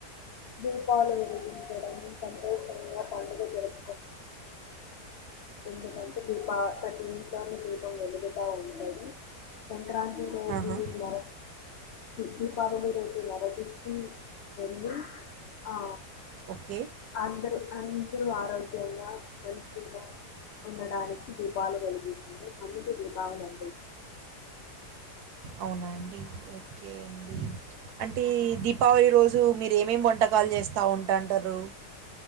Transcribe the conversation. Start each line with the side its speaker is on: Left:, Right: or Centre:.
Left: దీపాళి వెలిగించడం సంతోషంగా పండలు ప ఎందుకంటే దీప ప్రతి నిషాన్ని దీపం వెలుగుత అ సంక్రాంతి రోజు
Right: ఆహా
Left: మర దీపావళి రోజు మరజ ఎ ఆ
Right: ఓకే
Left: అందరూ అందరూ ఆరోగ్యంగా మల్సీగా ఉండడానికి దీపాలు కలుగుతుారు ప దీ బావు
Right: అవునా అండి ఓకే అండి అంటే దీపావళి రోజు మీరు ఏమేమి వంటకాలు చేస్తూ ఉంటాంటారు